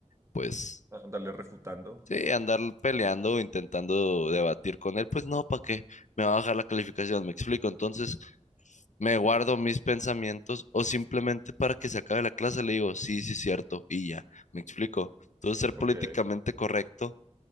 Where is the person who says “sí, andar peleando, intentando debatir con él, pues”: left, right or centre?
Left